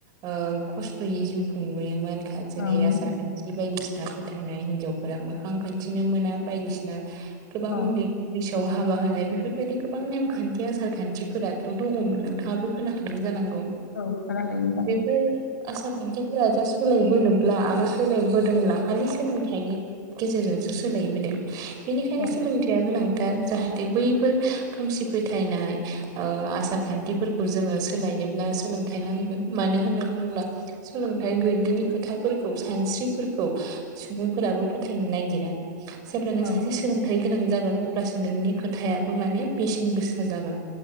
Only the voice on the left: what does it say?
ओम
औ
औ खोनादों नोंथां
औ
औ